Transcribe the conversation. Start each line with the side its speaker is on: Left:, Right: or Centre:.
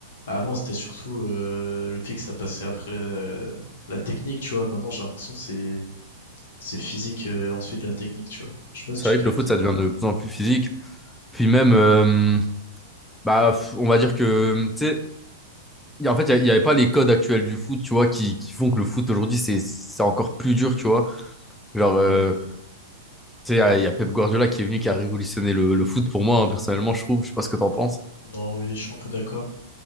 Left: Avant c'était surtout euh, le fixe, ça passait après euh, la technique, tu vois. Maintenant j'ai l'impression que c'est c'est physique euh, et ensuite la technique, tu vois. Je sais pas si
Centre: C'est
Left: tu
Centre: vrai
Left: captes.
Centre: que le foot, ça devient de plus en plus physique. Puis même, euh, bah, f- on va dire que, tu sais, y a- en fait, il n'y avait pas les codes actuels du foot, tu vois, qui, qui font que le foot aujourd'hui, c'est, c'est encore plus dur, tu vois. Genre,
Left: Ouais.
Centre: euh, tu sais, il y a Pep Guardiola qui est venu, qui a révolutionné le, le foot pour moi, hein, personnellement, je trouve, je sais pas ce que t'en penses.
Left: Non, oui, je suis un peu d'accord.